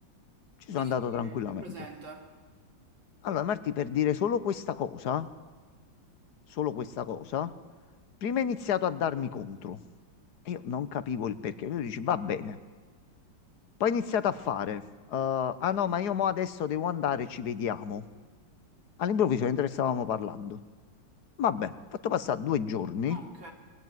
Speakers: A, on the left; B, on the right.
A: Ci
B: Sì,
A: sono andato
B: sì, sì,
A: tranquillamente.
B: è presente.
A: Allora, Marti, per dire solo questa cosa. solo questa cosa, prima ha iniziato a darmi contro. E Io non capivo il perché. Lui dice, va bene. Poi ha iniziato a fare, eh, ah no, ma io mo adesso devo andare, ci vediamo. All'improvviso, mentre stavamo parlando. Vabbè, ho fatto passare due giorni.
B: Ok.